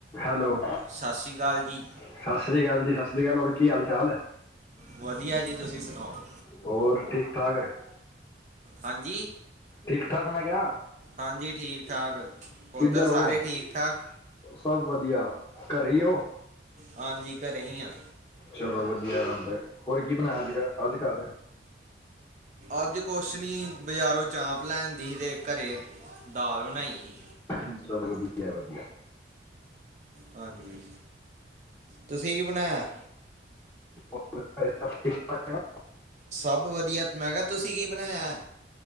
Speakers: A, on the left (about 15°); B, on the right (about 40°).
A: Hello
B: ਸਤਿ ਸ਼੍ਰੀ ਅਕਾਲ ਜੀ
A: ਸਤਿ ਸ੍ਰੀ ਅਕਾਲ ਜੀ ਸਤਿ ਸ਼੍ਰੀ ਅਕਾਲ ਹੋਰ ਕੀ ਹਾਲ ਚਾਲ
B: ਵਧੀਆ ਜੀ ਤੁਸੀਂ ਸੁਣਾਓ
A: ਹੋਰ ਠੀਕ ਠਾਕ ਹੈ <inaudible>
B: ਹਾਂਜੀ
A: ਠੀਕ ਠਾਕ ਮੈਂ ਕਿਆ
B: ਹਾਂਜੀ ਠੀਕ ਠਾਕ,
A: ਕਿੱਧਰ
B: ਉੱਧਰ ਸਾਰੇ
A: ਹੋ
B: ਠੀਕ ਠਾਕ
A: ਸਭ ਵਧੀਆ ਘਰੇ ਹੀ ਹੋ
B: ਹਾਂਜੀ ਘਰੇ ਹੀ ਆਂ
A: ਚਲੋ ਵਧੀਆ ਗੱਲ, ਹੋਰ ਕੀ ਬਣਾਇਆ ਅੱਜ ਅੱਜ ਘਰ
B: ਅੱਜ ਕੁਛ ਨਹੀਂ ਬਜ਼ਾਰੋਂ ਚਾਂਪ ਲੈਂਦੀ ਸੀ, ਅਤੇ ਘਰ ਦਾਲ ਬਣਾਈ ਸੀ
A: ਵਧੀਆ-ਵਧੀਆ
B: ਹਾਂਜੀ ਤੁਸੀਂ ਕੀ ਬਣਾਇਆ
A: ਸਭ ਠੀਕ-ਠਾਕ ਐ ਨਾ,
B: ਸਭ ਵਧੀਆ ਮੈਂ ਕਿਹਾ ਤੁਸੀਂ ਕੀ ਬਣਾਇਆ ਹੈ।